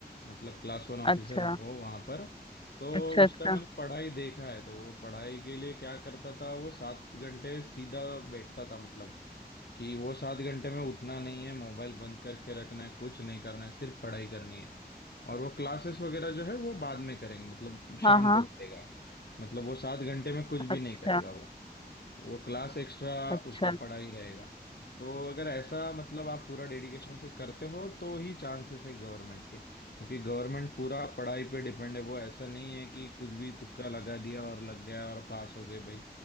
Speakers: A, on the left (about 75°); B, on the left (about 30°).
A: मतलब क्लास वन ऑफिसर
B: अच्छा
A: है वो वहाँ पर तो
B: अच्छा
A: उसका
B: अच्छा
A: मैंने पढ़ाई देखा है तो वो पढ़ाई के लिए क्या करता था वो सात घंटे सीधा बैठता था मतलब कि वो सात घंटे में उठना नहीं है मोबाइल बंद करके रखना है कुछ नहीं करना है सिर्फ पढ़ाई करनी है और वो क्लासेस वगैरह जो है वो बाद में करेंगे मतलब शाम
B: हाँ हाँ
A: को करेगा मतलब वो सात घंटे में कुछ भी
B: अच्छा
A: नहीं करेगा वो वो क्लास एक्स्ट्रा
B: अच्छा
A: उसका पढ़ाई रहेगा तो अगर ऐसा मतलब आप पूरा डेडिकेशन से करते हो तो ही चांसेस है गवर्नमेंट के क्योंकि गवर्नमेंट पूरा पढ़ाई पे डिपेंड है वो ऐसा नहीं है कि कुछ भी तुक्का लगा दिया और लग गया और पास हो गए भाई